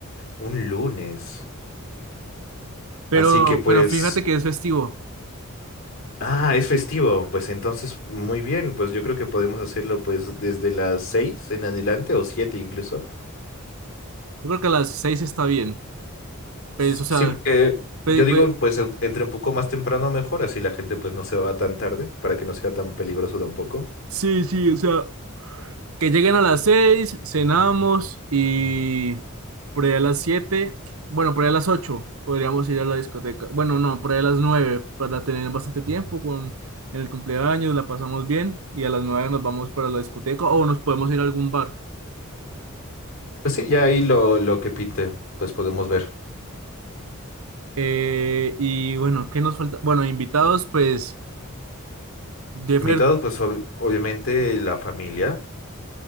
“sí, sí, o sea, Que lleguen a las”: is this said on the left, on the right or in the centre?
Right